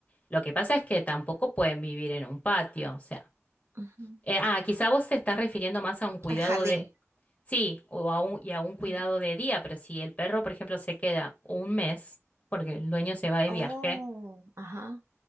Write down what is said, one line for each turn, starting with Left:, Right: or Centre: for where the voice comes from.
Left: Lo que pasa es que tampoco pueden vivir en un patio, o sea.
Right: Ujú.
Left: Eh, ah, quizá vos te estás refiriendo más a un cuidado
Right: Al jardín.
Left: de... Sí, o a un, y a un cuidado
Right: Ujú.
Left: de día, pero si el perro, por ejemplo, se queda un mes, porque el dueño se va de
Right: Oh,
Left: viaje,
Right: ajá,